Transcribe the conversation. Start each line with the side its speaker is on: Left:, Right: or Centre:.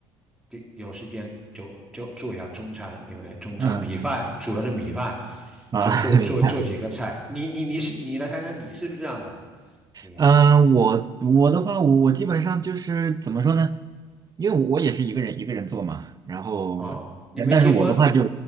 Centre: 给有时间就就做一下中餐，因为中餐米饭主要是米饭，
Right: 嗯嗯啊，
Centre: 就做做做几个菜。
Right: <laughs> 明白。
Centre: 你你你是你来看看你是不是这样的？你
Right: 嗯，我我的话，我我基本上就是怎么说呢？因为我我也是一个人一个人做嘛，然后，
Centre: 哦，你没结婚，
Right: 人，但是我的话就